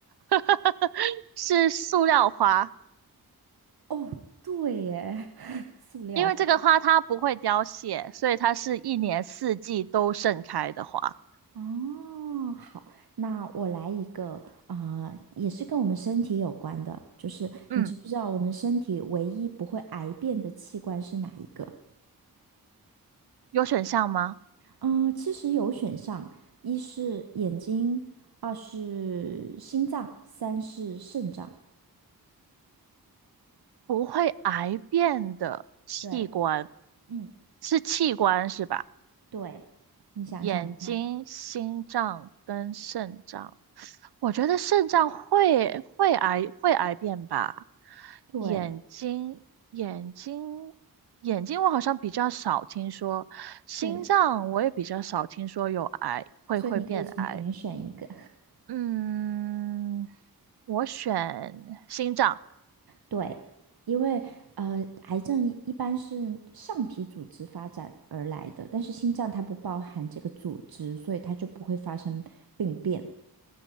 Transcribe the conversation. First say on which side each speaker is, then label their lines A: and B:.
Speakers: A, on the right; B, on the right.
A: <laughs> 是塑料花，
B: 哦，对耶，<laughs> 塑料花。
A: 因为这个花它不会凋谢，所以它是一年四季都盛开的花。
B: 哦，好，那我来一个啊、也是跟我们身体有关的，就是你知不知道我们身体唯一不会癌变的器官是哪一个？
A: 嗯，有选项吗？
B: 嗯、其实有选项，一是眼睛，二是心脏，三是肾脏。
A: 不会癌变的器官
B: 对，嗯，
A: 是器官是吧？
B: 对，你想想看，
A: 眼睛、心脏跟肾脏。我觉得肾脏会会癌会癌变吧，
B: 对
A: 眼睛眼睛眼睛我好像比较少听说，心脏我也比较少听说有癌会会变癌。
B: 对，所以你可以从里面选一个。
A: 嗯，我选心脏。
B: 对，因为呃，癌症一一般是上皮组织发展而来的，但是心脏它不包含这个组织，所以它就不会发生病变。